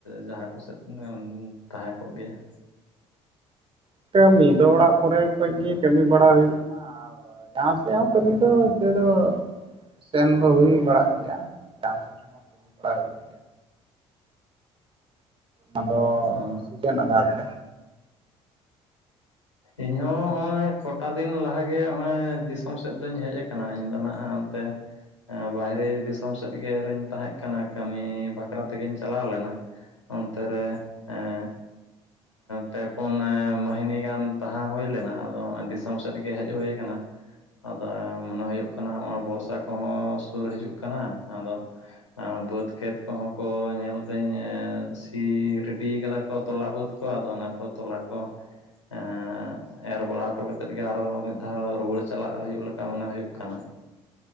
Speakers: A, on the left; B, on the right.
A: ᱡᱟᱦᱟᱸ ᱠᱚ ᱥᱮᱫ ᱮᱢ ᱛᱟᱦᱮᱸ ᱠᱚᱜ ᱜᱮᱭᱟ?
B: ᱠᱟᱹᱢᱤ ᱫᱚ ᱚᱲᱟᱜ ᱠᱚ ᱨᱮ ᱠᱷᱚᱡ ᱜᱮ ᱠᱟᱹᱢᱤ ᱵᱟᱲᱟ ᱦᱩᱭᱩᱜ ᱠᱟᱱᱟ᱾ ᱟᱫᱚ ᱡᱟᱦᱟᱸ ᱥᱮᱜ ᱦᱚᱸ ᱠᱟᱹᱢᱤ ᱫᱚ ᱛᱮ ᱫᱚ ᱥᱮᱱ ᱫᱚ ᱦᱩᱭ ᱵᱟᱲᱟᱜ ᱜᱮᱭᱟ, ᱡᱟᱦᱟᱸ <inaudible> ᱚᱱᱟ ᱫᱚ
A: ᱚ
B: ᱥᱤᱡᱮᱱ ᱟᱫᱷᱟᱨ ᱛᱮ᱾
A: ᱤᱧ ᱦᱚᱸ ᱦᱚᱜ-ᱚᱭ ᱠᱚᱴᱟ ᱫᱤᱱ ᱞᱟᱦᱟ ᱜᱮ ᱦᱚᱜ-ᱚᱭ ᱫᱤᱥᱚᱢ ᱥᱮᱜ ᱫᱩᱧ ᱦᱮᱡ ᱠᱟᱱᱟ ᱤᱧ ᱫᱚ ᱱᱟᱜ ᱚᱱᱛᱮ ᱵᱟᱦᱨᱮ ᱫᱤᱥᱚᱢ ᱥᱮᱫ ᱜᱮ ᱨᱮᱧ ᱛᱟᱦᱮᱸᱜ ᱠᱟᱱᱟ ᱠᱟᱹᱢᱤ ᱵᱷᱟᱠᱨᱟ ᱛᱮᱜᱮᱧ ᱪᱟᱞᱟᱣ ᱞᱮᱱᱟ᱾ ᱚᱱᱛᱮ ᱨᱮ ᱮᱸᱻᱮᱸ ᱯᱮ ᱯᱩᱱ ᱢᱟᱹᱦᱱᱮ ᱜᱟᱱ ᱛᱟᱦᱮᱸ ᱦᱩᱭ ᱞᱮᱱᱟ ᱟᱫᱚ ᱦᱚᱸᱜ-ᱚᱭ ᱫᱤᱥᱚᱢ ᱥᱮᱫ ᱜᱮ ᱦᱮᱡ ᱦᱳᱭ ᱠᱟᱱᱟ, ᱟᱫᱚ ᱮ ᱢᱚᱱᱮ ᱦᱩᱭᱩᱜ ᱠᱟᱱᱟ ᱦᱚᱸᱜᱼᱚᱭ ᱵᱚᱨᱥᱟ ᱠᱚᱦᱚᱸ ᱥᱩᱨ ᱦᱤᱡᱩᱜ ᱠᱟᱱᱟ ᱟᱫᱚ ᱟᱨ ᱵᱟᱹᱫᱽ ᱠᱷᱮᱛ ᱠᱚᱦᱚᱸ ᱠᱚ ᱧᱮᱞᱫᱟᱹᱧ ᱮᱸ ᱥᱤ ᱨᱮᱰᱤ ᱠᱟᱫᱟ ᱠᱚ ᱛᱚᱞᱟ ᱵᱟᱹᱫᱽ ᱠᱚ ᱟᱫᱚ ᱚᱱᱟ ᱠᱚ ᱛᱚᱞᱟ ᱠᱚ ᱮᱸ ᱮᱸ ᱮᱨ ᱵᱟᱲᱟ ᱦᱚᱴᱚ ᱠᱟᱛᱮᱫ ᱜᱮ ᱟᱨᱚ ᱢᱤᱫ ᱫᱷᱟᱣ ᱨᱩᱣᱟᱹᱲ ᱪᱟᱞᱟᱜ ᱦᱩᱭᱩᱜ ᱞᱮᱠᱟ ᱢᱚᱱᱮ ᱦᱩᱭᱩᱜ ᱠᱟᱱᱟ᱾